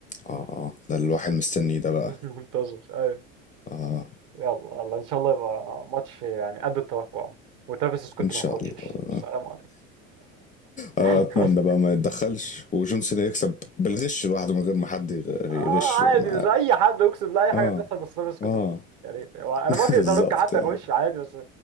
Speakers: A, on the left; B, on the right.
A: اه اه ده اللي
B: <laughs>
A: الواحد مستنيه ده بقى
B: منتظر ايوه
A: اه
B: يلا يلا ان شاء الله يبقى ماتش يعني قد التوقع وتافيس سكوت
A: ان شاء
B: ما ياخدش
A: الله
B: السلام
A: <laughs> آه
B: عليكم
A: اتمنى
B: <laughs>
A: بقى ما يتدخلش وجون سينا يكسب بالغش لوحده من غير ما حد يغ-
B: اه
A: يغش
B: عادي
A: معاه
B: مش اي حد اقسم بالله اي
A: اه
B: حاجه تحصل بس انا مش كنت
A: اه
B: يا ريت هو انا
A: <laughs>
B: ما في
A: بالظبط
B: ازاروك حتى
A: يعني
B: اخش عادي بس